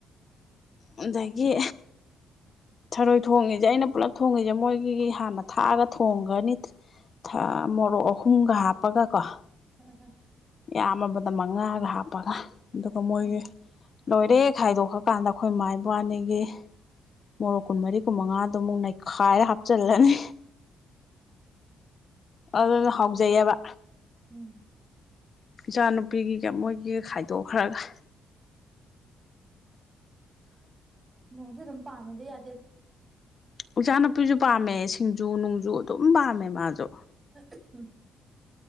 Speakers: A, on the left; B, on the right.
A: ꯑꯗꯨꯗꯒꯤ ꯊꯔꯣꯏ ꯊꯣꯡꯉꯤꯁꯦ ꯑꯩꯅ ꯄꯨꯜꯂꯞ ꯊꯣꯡꯉꯁꯦ ꯃꯣꯏꯒꯤ ꯍꯥꯟꯅ ꯊꯥꯛꯑꯒ ꯊꯣꯡꯒꯅꯤ ꯊ ꯃꫭꯔꫭꯛ ꯑꯍꯨꯝꯘꯥ ꯄꯀꯥ ꯀꯣ
B: ꯎꯝ ꯎꯝ
A: ꯌꯥꯝꯃꯕꯗ ꯃꯉꯥꯒ ꯍꯥꯞꯄꯒ ꯑꯗꯨꯒ ꯃꯣꯏꯒꯤ
B: ꯎꯝ
A: ꯂꯣꯏꯔꯦ ꯈꯥꯏꯗꯣꯛꯈꯀꯥꯟꯗ ꯑꯩꯈꯣꯏ ꯏꯃꯥ ꯏꯕꯥꯅꯤꯒꯤ ꯃꯣꯔꯦꯛ ꯀꯨꯟꯃꯔꯤ ꯀꯨꯟꯃꯉꯥ ꯑꯗꯨ ꯑꯃꯨꯛ ꯅꯩꯈꯥꯏꯔ ꯍꯥꯞꯆꯤꯜꯂꯅꯤ ꯑꯗꯨꯅ ꯍꯥꯎꯖꯩꯑꯕ
B: ꯎꯝ
A: ꯏꯆꯥ ꯅꯨꯨꯄꯤꯒꯤꯒ ꯃꯣꯏꯒꯤ ꯈꯥꯏꯗꯣꯛꯈ꯭ꯔꯒ
B: ꯃꯑꯣꯡꯁꯨ ꯑꯗꯨꯝ ꯄꯥꯝꯃꯤꯗ ꯌꯥꯗꯦꯗ
A: ꯏꯆꯥ ꯅꯨꯨꯄꯤꯁꯨ ꯄꯥꯝꯃꯦ ꯁꯤꯡꯖꯨ ꯅꫭꯡꯖꯨ ꯑꯗꯨꯝ ꯄꯥꯝꯃꯦ ꯃꯥꯁꯨ
B: ꯑꯝ <unintelligible>